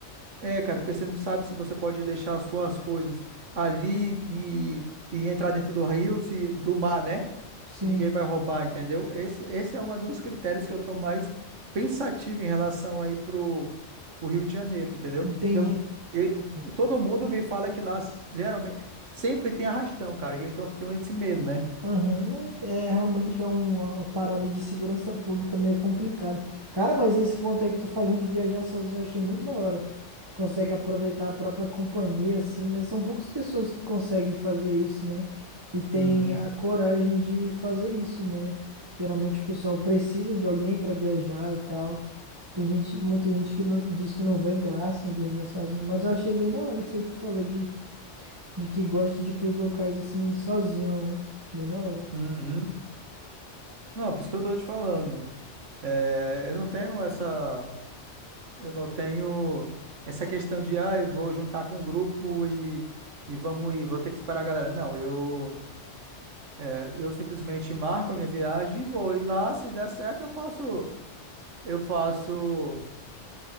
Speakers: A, on the right (about 85°); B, on the right (about 20°).
A: é, cara, porque você não sabe se você pode deixar as suas coisas ali e, e entrar dentro do rio, se, do mar, né?
B: Sim,
A: Se ninguém vai roubar, entendeu? Esse, esse é um dos critérios que eu tô mais pensativo em relação aí pro, pro Rio de Janeiro, entendeu?
B: entendi.
A: Porque eu não, eu-
B: Entendi.
A: todo mundo me fala que lá geralmente sempre tem arrastão, cara, e eu, então eu tenho esse medo, né?
B: Aham, não, ent- é realmente é um, uma uma parada de segurança pública meio complicada. Cara, mas esse ponto aí que tu falou de viajar sozinho, eu achei muito da hora. Tu consegue aproveitar a própria companhia, assim, né? São poucas pessoas que conseguem fazer isso, né? E tem
A: Uhum,
B: a coragem de fazer isso, né? Geralmente o pessoal precisa de alguém pra viajar e tal. Tem gente, muita gente que não- diz que não vê graça em viajar sozinho, mas eu achei bem da hora isso aí que tu falou de, de que gosta de ir pros locais assim sozinho, né? Bem da hora.
A: uhum. Não, por isso que eu tô te falando. É, eu não tenho essa. Eu não tenho essa questão de, ah, eu vou juntar com um grupo e, e vamos ir, vou ter que esperar a galera. Não, eu, é, eu simplesmente marco a minha viagem e vou. E lá, se der certo, eu faço, eu faço,